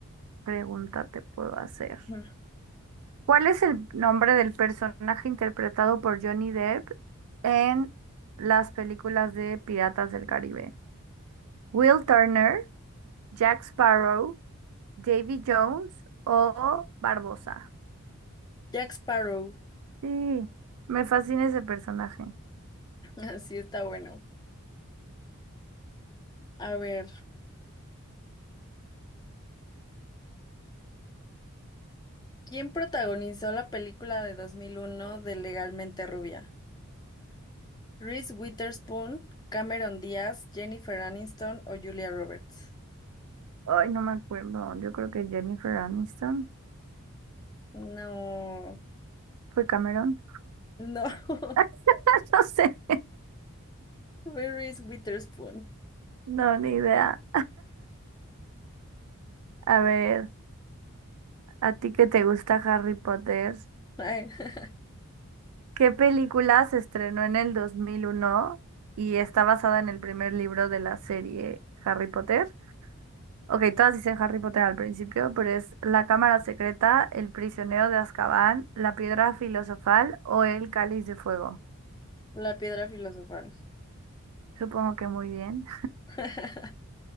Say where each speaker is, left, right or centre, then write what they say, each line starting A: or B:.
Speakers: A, on the right; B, on the left.
A: pregunta te puedo hacer.
B: Ujú.
A: ¿Cuál es el nombre del personaje interpretado por Johnny Depp en las películas de Piratas del Caribe? Will Turner, Jack Sparrow, Davy Jones o Barbosa.
B: Jack Sparrow,
A: Sí, me fascina ese personaje.
B: <laughs> así está bueno. A ver, ¿quién protagonizó la película de 2001 de Legalmente Rubia? ¿Reese Witherspoon, Cameron Díaz, Jennifer Aniston o Julia Roberts?
A: Ay, no me acuerdo. Yo creo que Jennifer Aniston.
B: No,
A: ¿Fue Cameron?
B: no, <laughs>
A: <laughs> No sé.
B: fue Reese Witherspoon.
A: No, ni idea. A ver, ¿a ti que te gusta Harry Potter?
B: Ay, <laughs>
A: ¿Qué película se estrenó en el 2001 y está basada en el primer libro de la serie Harry Potter? Ok, todas dicen Harry Potter al principio, pero es La Cámara Secreta, El Prisionero de Azkaban, La Piedra Filosofal o El Cáliz de Fuego.
B: la piedra filosofal.
A: Supongo que muy bien.
B: <laughs>